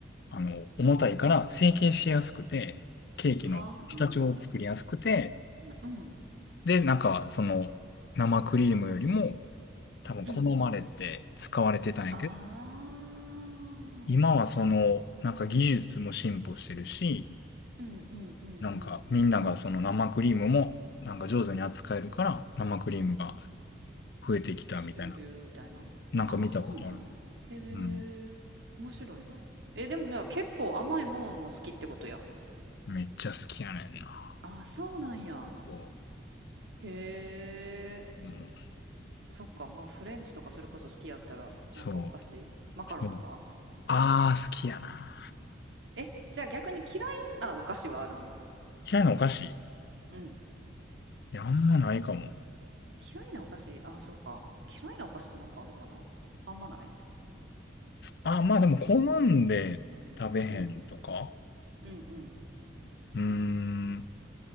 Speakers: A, on the left (about 60°); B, on the right (about 85°).
A: あの、重たいから成形しやすくて、ケーキの形を作りやすくて、
B: はあ、うん、
A: で、なんかその生クリームよりも多分好まれて使われてたんやけど、
B: うん。ああ、
A: 今はその、なんか技術も進歩してるし、
B: うん、うん、うん、
A: なんか、
B: うん。
A: みんながその生クリームも、なんか上手に扱えるから、生クリームが
B: うん。
A: 増えてきたみたいな。
B: 主流みたいな。
A: なんか見たことあるな。
B: あ、そうなんや。へえ、
A: うん。
B: 面白いな。え、でもね、結構甘いものも好きってことや。
A: めっちゃ好きやねんな。
B: あ、そうなんや。
A: こ
B: へえ。
A: う。うん。
B: そっか、まあフレンチとかそれこそ好きやったら、
A: そう。
B: なんかお菓子マカロンとか
A: うん、ああ、好きやな。
B: え、じゃあ逆に嫌いなお菓子はあるん
A: 嫌いなお菓子い
B: うん。
A: や、あんまないかも。
B: 嫌いなお菓子、ああ、そうか。嫌いなお菓子ってなんかあるかなあんまない
A: ああ、まあでも好んで食べへんとか。
B: うん。うんうん。
A: うーん。